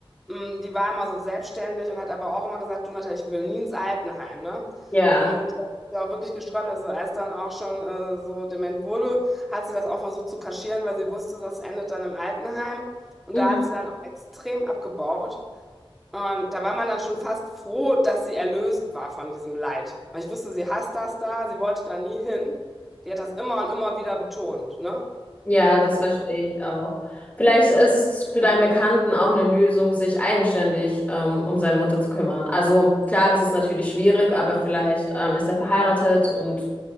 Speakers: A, in the centre; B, on the left (about 15°).
A: mh, die war immer so selbstständig und hat aber auch immer gesagt, du Natalia, ich will nie ins Altenheim, ne?
B: ja.
A: Und das ist ja auch wirklich gesträubt, also als dann auch schon äh, so dement wurde, hat sie das auch versucht zu kaschieren, weil sie wusste, das endet dann im Altenheim. Und
B: Mhm.
A: da hat sie dann auch extrem abgebaut. Und da war man dann schon fast froh, dass sie erlöst war von diesem Leid. Weil ich wusste, sie hasst das da, sie wollte da nie hin. Die hat das immer und immer wieder betont, ne?
B: Ja, das
A: Ja.
B: verstehe ich auch. Vielleicht ist es für deinen Bekannten auch eine Lösung, sich eigenständig ähm, um seine Mutter zu kümmern. Also klar, das ist natürlich schwierig, aber vielleicht ähm, ist er verheiratet und